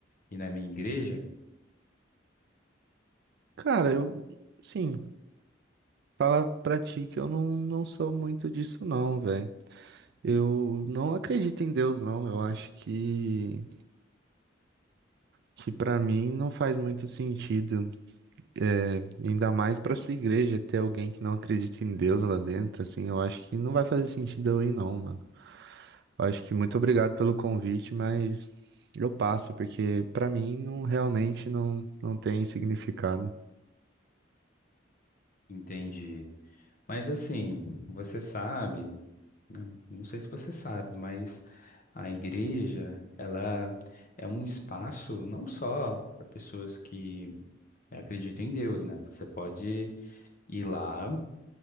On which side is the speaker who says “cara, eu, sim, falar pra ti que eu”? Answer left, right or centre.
Right